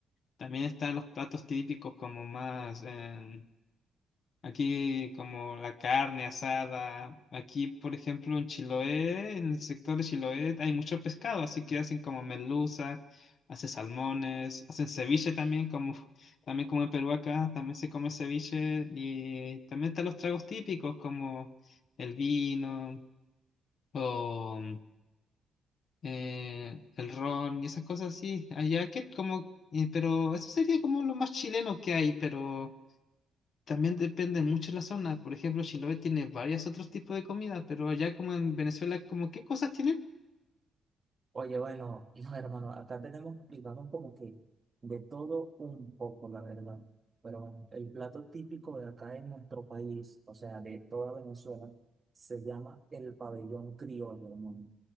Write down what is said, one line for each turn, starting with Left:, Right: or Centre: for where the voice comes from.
Left: también están los platos típicos como más em, Aquí como la carne asada. Aquí, por ejemplo, en Chiloé, en el sector de Chiloé, hay mucho pescado, así que hacen como merluza, hacen salmones, hacen ceviche también, como <laughs> también como en Perú acá, también se come ceviche y también están los tragos típicos como el vino o eh, el ron y esas cosas así. Allá que como, eh, pero eso sería como lo más chileno que hay, pero también depende mucho de la zona. Por ejemplo, Chiloé tiene varios otros tipos de comida, pero allá como en Venezuela, como qué cosas tienen?
Right: Oye, bueno, no, hermano, acá tenemos, digamos, como que de todo un poco, la verdad. Pero bueno, el plato típico de acá en nuestro país, o sea, de toda Venezuela, se llama el pabellón criollo, hermano.